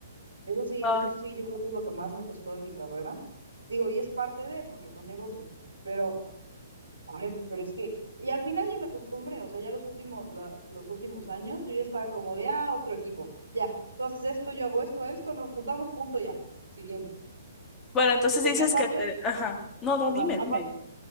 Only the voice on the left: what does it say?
Ay,
Bueno, entonces
dices
que te, ajá, no, no,
dime,
dime.